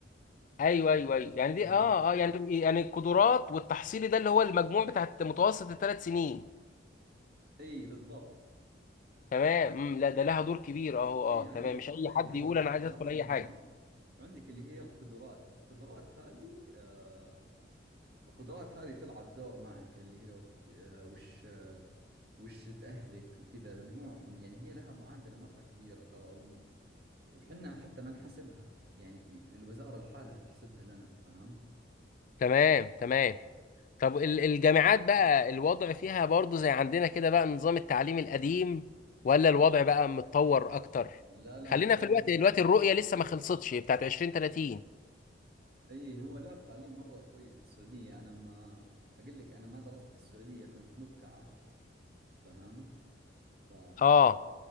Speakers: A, on the left; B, on the right.
A: ايوه ايوه ايوه يعني دي
B: اي
A: اه اه يعني يعني القدرات والتحصيلي ده اللي هو المجموع بتاع متوسط الثلاث سنين
B: اي بالضبط
A: تمام مم. لا ده لها دور كبير اهو اه
B: اي عندك
A: تمام
B: التحصيل
A: مش اي حد
B: اللي هو
A: يقول
B: اخر
A: انا عايز
B: ثلاث
A: ادخل اي
B: سنوات
A: حاجه
B: وعندك اللي هي القدرات القدرات هذه آه القدرات هذه تلعب دور معك اللي هي آه وش آه، وش أهلك وكذا مجموعهم يعني هي لها معادلة مرة كبيرة ترى و... وحنا حتى ما نحسبها يعني ت- الوزارة لحالها تحسبها لنا فهمت؟
A: تمام تمام طب ال- الجامعات بقى الوضع فيها برضو زي عندنا كده بقى نظام التعليم القديم ولا الوضع بقى متطور اكتر
B: لا لا
A: خلينا
B: متطور
A: في الوقت الوقت الرؤية لسه ما خلصتش بتاعت 2030
B: اي هو لا التعليم مرة كويس في السعودية انا ما اقول لك انا ما درست في السعودية كنت مبتعث فهمت؟ ف...
A: اه